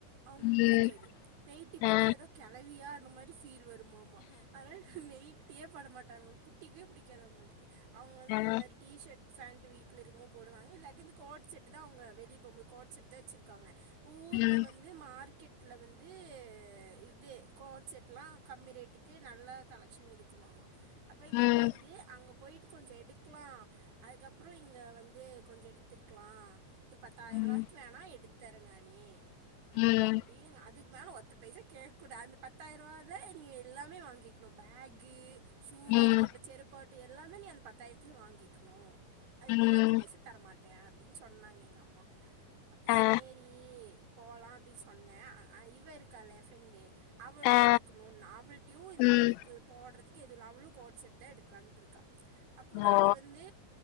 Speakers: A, on the right; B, on the left.
A: அவுங்கு
B: ம்
A: புடிக்காது நைட்டி போட்டா
B: அ
A: ஏதோ கெழவியா ந்த மாரி ஃபீல் வருமாமா அதுனால நைட்டியே போடமாட் டாங் புடிக்கவே புடிக் காது அவுங்ளுக்கு அவுங்க வந்து
B: அ
A: இந்த மாரி டி ஷட் ஃபேண்ட் வீட்லருக்குமோது போடுவாங்க இல்லாட்டி இந்த கோட் செட் தா அவுங்க வெளிய போம்போது கோட் செட் தா வச்சிருக்காங்க ஊர்ல
B: ம்
A: வந்து மார்க் கெட்ல வந்து இது கோட் செட்லா கம்மி ரேட்டுக்கு நல்லா கலெக்ஷன் இருக்குமாமா அப்ப எங்க
B: ம்
A: அம்மா வந் அங்க போயிட்டு கொஞ்சோ எடுக்லா அதுக்கப்புறோ இங்க வந்து கொஞ்சோ எடுத்துக்லா ஒரு பத்தாயிரூவாய்க்கு
B: ம்
A: வேணா எடுத்தர்றே நானு
B: ம்
A: அப்டினு அதுக் மேல ஒத்த பைசா கேக்கூடாது பத்தாயிரூவாய்ல நீ எல்லாமே வாங்கிக்கணு பேகு ஷூவா
B: ம்
A: இருக்கட்டூ பட் எல்லாமே நீ அந்த பத்தாயிரத்துல வாங்கிக்கணு அதுக்கு
B: ம்
A: மேல ஒத்த பைசா தரமாட் டே அப்டின்னு சொன்னாங்க எங்க அம்மா அப்ப
B: அ
A: சேரி போலா அப்டி சொன்னே அ இவ இருக்கால என் ஃப்ரெண்டு அவளு
B: அ
A: எடுக்ணுணா அவுள்டையு இந்த
B: ம்
A: மாரி கு போடுறது எது இல்ல அவளு குவாட் செட் தா எடுக்கலான்ட்டு இருக்கா அப்போ நாங்க
B: ஓ
A: வந்து